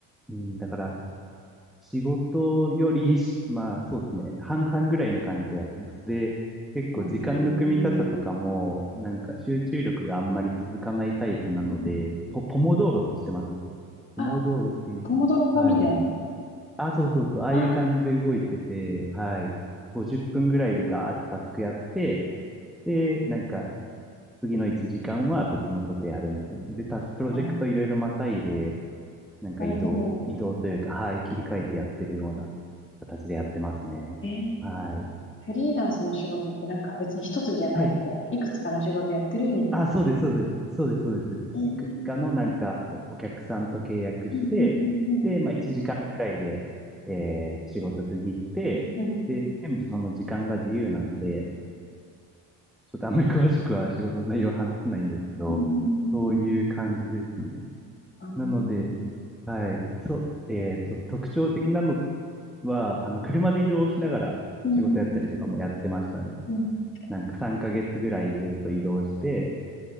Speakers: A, in the centre; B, on the left.
A: うん、だから、仕事よりし、まあ、そうですね、半々ぐらいな感じでやってます。で、結構、
B: うん。
A: 時間の組み方とかも、なんか、集中力があんまり続かないタイプなので、
B: うーん。
A: ポ、ポモドーロって知ってます
B: あ、
A: ポモドーロっていう、
B: ポモドロ法みたいな。
A: はい。あ、そうそうそう、ああいう感じで動いてて、
B: あー
A: はい。50分ぐらいでガーってタスクやって、で、なんか、次の1時間は別のことやるみたいな。で、タスク、プロジェクトいろいろまたいで、
B: あー、
A: なんか移動、
B: なるほど。
A: 移動というか、はい、切り替えてやってるような形でやってますね。
B: ええ。
A: はい。
B: フリーランスの仕事ってなんか別に一つじゃないみたいな。
A: はい。
B: いくつかの仕事やってるみたいな。
A: あ、そうです、そうです。そうです、そうです。
B: ええ。
A: いくつかのなんかお、お客さんと契約して、
B: うん。うん。うん。
A: で、まあ1時間ぐらいで、えーと仕事区切って、
B: うん。うん。
A: で、全部その時間が自由なので、ちょっとあんまり詳しくは仕事の内容は話せないんですけど、
B: うん。うん。
A: そういう感じですね。
B: うんあーう
A: なので、はい、そう、えー、そう、特徴的なのは、あの、車で移動しながら仕事やったりとかもやってましたね。
B: ん。うん。うん。
A: なんか3ヶ月ぐらいずっと移動して、